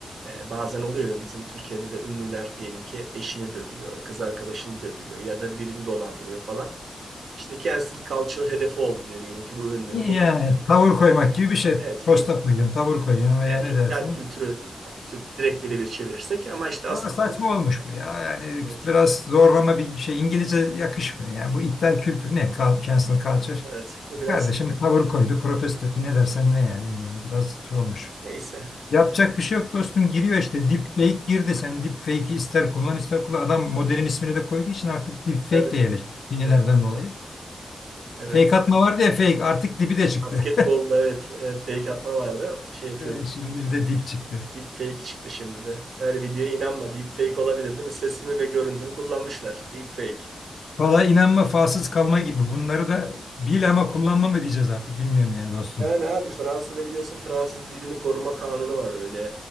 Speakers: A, on the right; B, on the left.
A: e, bazen oluyor ya bizim Türkiye'de de ünlüler diyelim ki eşini dövüyor, kız arkadaşını dövüyor ya da birini dolandırıyor falan. İşte cancel culture hedefi oldu diye diyelim ki bu ünlü.
B: Yani
A: Niye?
B: tavır koymak gibi bir şey.
A: Evet.
B: Posta koyuyorsun, tavır koyuyorsun veya
A: Evet,
B: ne
A: iptal
B: dersin?
A: kültürü Türk direkt birebir çevirirsek ama işte
B: Ama
A: asıl
B: saçma olmuş bu ya. Yani
A: evet
B: biraz zorlama bir şey. İngilizce yakışmıyor. Yani bu iptal kültürü ne? Cal- Cancel culture.
A: evet bu biraz
B: Kardeşim tavır koydu, protesto etti. Ne dersen ne yani
A: evet.
B: bilmiyorum. Biraz şey olmuş.
A: Neyse
B: Yapacak bir şey yok dostum. Giriyor işte. Deepfake girdi. Sen deepfake'i ister kullan ister kullan. Adam modelin ismini de koyduğu için artık deepfake
A: tabii
B: de yerleşti. Finilerden
A: evet,
B: dolayı.
A: evet.
B: Fake atma vardı ya fake. Artık dibi de çıktı.
A: Basketbolda evet e, fake atma vardı şey yapıyordum
B: Ee, şimdi bir de dip çıktı.
A: deepfake çıktı şimdi de her videoya inanma deepfake olabilir değil mi sesimi ve görüntümü kullanmışlar deepfake
B: Valla inanma falsız kalma gibi. Bunları da bil ama kullanma mı diyeceğiz artık bilmiyorum yani dostum.
A: Yani abi Fransa'da biliyorsun Fransız dilini koruma kanunu var öyle